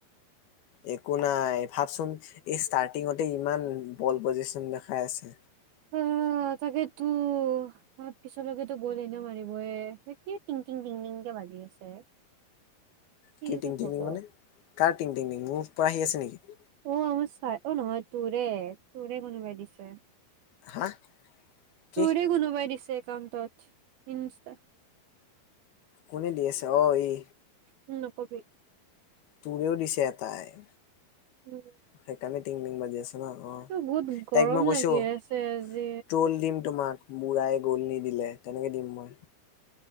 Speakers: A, on the left; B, on the right.
A: একো নাই ভাবচোন এই ষ্টাৰ্টিঙতে ইমান বল পজিচন দেখাই আছে।
B: উম, তাকেটো। হয় পিছলৈকেটো বল এনেও মাৰিবয়ে কি টংটিং টিংটিংকে বাজি আছে।
A: কি
B: যে
A: টিংটিং
B: হ'ব
A: মানে কাৰ টিংটিংটিং মোৰ পৰা আহি আছে নিকি?
B: অ, মোৰ চাই অ, নহয় তোৰে তোৰে কোনোবাই দিছে।
A: হা? কি
B: তোৰে কোনোবাই দিছে একাউণ্টত ইনস্তা।
A: কোনে দি আছে অ ই।
B: উম নকবি।
A: তোৰেও দিছে এটাই।
B: উম।
A: সেই কাৰণে টিং টিং বাজি আছে। অ অ
B: তোৰ বহুত গৰম
A: তাইক মই কৈছো
B: লাগি আছে
A: ট্ৰ'ল
B: আজি
A: দিম তোমাক। বুঢ়ায়ে গ'ল নিদিলে তেনেকে দিম মই।